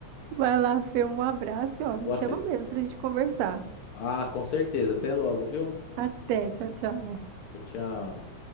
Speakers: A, on the right; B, on the left.
A: Vai lá, Fê, um abraço e ó, me
B: Vou até...
A: chama mesmo pra gente conversar.
B: Ah, com certeza. Até logo, viu?
A: Até, tchau, tchau.
B: Tchau.